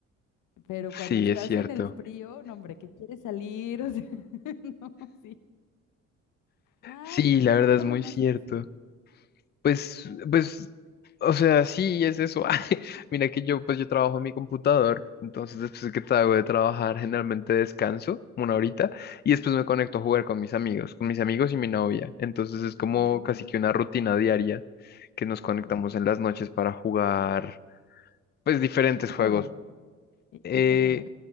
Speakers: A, on the left; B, on the left.
A: Pero cuando
B: Sí,
A: estás
B: es cierto.
A: en el frío, no, hombre, que quieres salir, o sea, <laughs> no, sí. Ay,
B: Sí, la
A: y
B: verdad
A: cuéntame
B: es muy
A: más
B: cierto.
A: de eso.
B: Pues, pues, o sea, sí, es eso. <laughs> Ay, Mira que yo, pues yo trabajo en mi computador, entonces después que hago de trabajar, generalmente descanso una horita y después me conecto a jugar con mis amigos, con mis amigos y mi novia. Entonces es como
A: Oh,
B: casi que una rutina diaria que nos conectamos
A: ah,
B: en las noches para jugar, pues, diferentes
A: ¿qué
B: juegos.
A: juegan? ¿Y,
B: Eh,
A: y qué juegan?